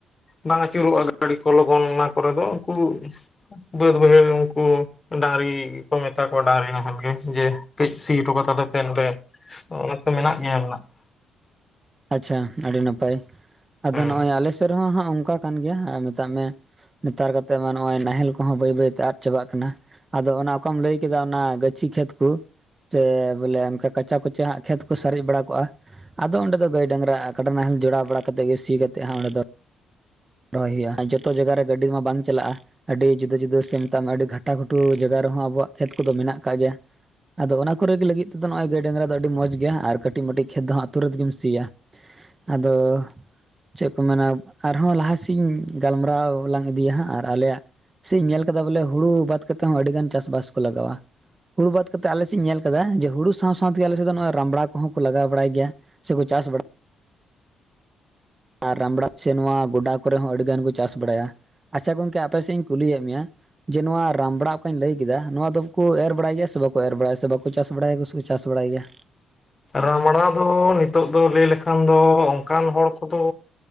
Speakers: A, on the left; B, on the right.
A: ᱵᱟᱝ ᱟᱹᱪᱩᱨᱚᱜᱼᱟ ᱜᱟᱺᱰᱤ ᱠᱚ ᱞᱚᱜᱚᱱ ᱚᱱᱟ ᱠᱚᱨᱮ ᱫᱚ ᱩᱱᱠᱩ ᱵᱟᱹᱫᱽ ᱵᱟᱹᱭᱦᱟᱹᱲ ᱩᱱᱠᱩᱼᱼ ᱰᱟᱭᱨᱤ ᱠᱚ ᱦᱟᱛᱟᱣ ᱠᱚᱣᱟ ᱰᱟᱭᱨᱤ ᱱᱟᱦᱮᱞ ᱜᱮ ᱡᱮ ᱠᱟᱹᱡ ᱥᱤ ᱦᱚᱴᱚ ᱠᱟᱜ ᱛᱟᱠᱚ ᱯᱮ ᱱᱚᱰᱮ ᱾ ᱚᱱᱟ ᱠᱚ ᱢᱮᱱᱟᱜ ᱜᱮᱭᱟ ᱢᱮᱱᱟᱜ ᱾
B: ᱟᱪᱪᱷᱟ, ᱟᱹᱰᱤ ᱱᱟᱯᱟᱭ ᱟᱫᱚ
A: ᱦᱮᱸ
B: ᱱᱚᱜᱼᱚᱭ ᱟᱞᱮ ᱥᱮᱫ ᱨᱮᱦᱚᱸ ᱦᱟᱸᱜ ᱚᱱᱠᱟ ᱠᱟᱱ ᱜᱮᱭᱟ ᱢᱮᱛᱟᱜ ᱢᱮᱼᱼ ᱱᱮᱛᱟᱨ ᱠᱟᱛᱮᱜ ᱢᱟ ᱱᱚᱜᱼᱚᱭ ᱱᱟᱦᱮᱞ ᱠᱚᱦᱚᱸ ᱵᱟᱹᱭ ᱵᱟᱹᱭ ᱛᱮ ᱟᱫ ᱪᱟᱵᱟᱜ ᱠᱟᱱᱟ ᱾ ᱟᱫᱚ ᱚᱱᱟ ᱚᱠᱟᱢ ᱞᱟᱹᱭ ᱠᱮᱫᱟ ᱚᱱᱟ ᱜᱟᱹᱪᱷᱤ ᱠᱷᱮᱛ ᱠᱚ᱾ ᱥᱮ ᱵᱚᱞᱮ ᱚᱱᱠᱟ ᱠᱟᱪᱟ ᱠᱚᱪᱟ ᱦᱟᱜ ᱠᱷᱮᱛ ᱠᱚ ᱥᱟᱨᱮᱡ ᱵᱟᱲᱟ ᱠᱚᱜᱼᱟ ᱾ᱟᱫᱚ ᱚᱸᱰᱮ ᱫᱚ ᱜᱟᱹᱭ ᱰᱟᱽᱝᱨᱟ ᱟᱠᱟᱰᱟ ᱱᱟᱦᱮᱞ ᱡᱚᱲᱟᱣ ᱵᱟᱲᱟ ᱠᱟᱛᱮ ᱜᱮ ᱥᱤ ᱠᱟᱛᱮ ᱚᱸᱰᱮ ᱨᱚᱦᱚᱭ ᱦᱩᱭᱩᱜᱼᱟ ᱾ ᱡᱚᱛᱚ ᱡᱟᱭᱜᱟ ᱨᱮ ᱜᱟᱹᱰᱤ ᱢᱟ ᱵᱟᱝ ᱪᱟᱞᱟᱜᱼᱟ᱾ ᱟᱹᱰᱤ ᱡᱩᱫᱟᱹ ᱡᱩᱫᱟᱹ ᱥᱮ ᱢᱮᱛᱟᱜ ᱢᱮ ᱟᱹᱰᱤ ᱜᱷᱟᱴᱟ ᱜᱷᱩ ᱡᱟᱭᱜᱟ ᱨᱮ ᱦᱚᱸ ᱟᱵᱚᱣᱟᱜ ᱠᱷᱮᱛ ᱠᱚᱫᱚ ᱢᱮᱱᱟᱜ ᱟᱠᱟᱟᱜ ᱜᱮᱭᱟ᱾ ᱟᱫᱚ ᱚᱱᱟ ᱠᱚᱨᱮ ᱞᱟᱹᱜᱤᱫ ᱛᱮᱫᱚ ᱱᱚᱜᱚᱭ ᱜᱟᱹᱭ ᱰᱟᱽᱝᱨᱟ ᱫᱚ ᱟᱹᱰᱤ ᱢᱚᱸᱡᱽ ᱜᱮᱭᱟ ᱾ᱟᱨ ᱠᱟᱹᱴᱤᱡ ᱢᱴᱤᱡ ᱠᱷᱮᱛ ᱫᱚ ᱟ ᱟᱹᱛᱩᱳ ᱨᱮᱮᱫᱜᱮᱢ ᱥᱤᱭᱟ ᱟᱫᱚ ᱪᱮᱫ ᱠᱚ ᱢᱮᱱᱟ ᱟᱨᱦᱚᱸ ᱞᱟᱦᱟᱟᱥ ᱥᱤᱧ ᱜᱟᱞᱢᱟᱨᱟᱣ ᱞᱟᱝ ᱤᱫᱤᱭᱟ ᱦᱟᱸᱜ ᱟᱨ ᱟᱞᱮᱭᱟᱜ ᱪᱮᱫ ᱤᱧ ᱧᱮᱞ ᱠᱟᱫᱟ ᱵᱚᱞᱮ ᱦᱩᱲᱩ ᱵᱟᱫ ᱠᱟᱛᱮᱮᱫ ᱦᱚᱸ, ᱟᱹᱰᱤ ᱜᱟᱱ ᱪᱟᱥᱵᱟᱥ ᱠᱚ ᱞᱟᱜᱟᱣᱟ᱾ ᱦᱩᱲᱩ ᱵᱟ ᱠᱟᱛᱮᱮᱫ ᱟᱞᱮ ᱥᱮᱫ ᱤ ᱧᱮᱞ ᱟᱠᱟᱫᱟ᱾ ᱡᱮ ᱦᱩᱲᱩ ᱥᱟᱶᱛᱮ ᱥᱟᱶᱛᱮ ᱛᱮᱜᱮ ᱟᱞᱮ ᱥᱮᱫ ᱫᱚ ᱨᱟᱢᱵᱽᱲᱟ ᱠᱚᱼᱦᱚᱸ ᱠᱚ ᱞᱟᱜᱟᱣ ᱵᱟᱲᱟᱭ ᱜᱮᱭᱟ᱾ ᱥᱮ ᱠᱚ ᱪᱟᱥ ᱵᱟᱲᱟᱜ ᱟᱨ ᱨᱟᱢᱲᱟ ᱥᱮ ᱱᱚᱣᱟ ᱜᱚᱰᱟ ᱠᱚᱨᱮ ᱦᱚᱸ ᱟᱹᱰᱤ ᱜᱟᱱ ᱠᱚ ᱪᱟᱥ ᱵᱟᱲᱟᱭᱟ᱾ ᱟᱪᱪᱷᱟ ᱜᱚᱝᱠᱮ ᱟᱯᱮ ᱥᱮᱫ ᱤᱧ ᱠᱩᱞᱤᱭᱮᱫ ᱢᱮᱭᱟ᱾ ᱡᱮ ᱱᱚᱣᱟ ᱨᱟᱢᱵᱲᱟ ᱚᱠᱟᱧ ᱞᱟᱹᱭ ᱠᱮᱫᱟ ᱱᱚᱶᱟ ᱫᱚᱠᱚ ᱮᱨ ᱵᱟᱲᱟᱭ ᱜᱮᱭᱟ ᱾ᱥᱮ ᱵᱟᱠᱚ ᱮᱨ ᱵᱟᱲᱟᱭᱟ ᱥᱮ ᱵᱟᱠᱚ ᱪᱟᱥ ᱵᱟᱲᱟᱭᱟ? ᱪᱟᱥ ᱵᱟᱲᱟᱭ ᱜᱮᱭᱟ
A: ᱨᱟᱢᱲᱟ ᱫᱚ ᱱᱤᱛᱚᱜ ᱫᱚ ᱞᱟᱹᱭ ᱞᱮᱠᱷᱟᱱ ᱫᱚ ᱚᱱᱠᱟᱱ ᱦᱚᱲ ᱠᱚᱫᱚ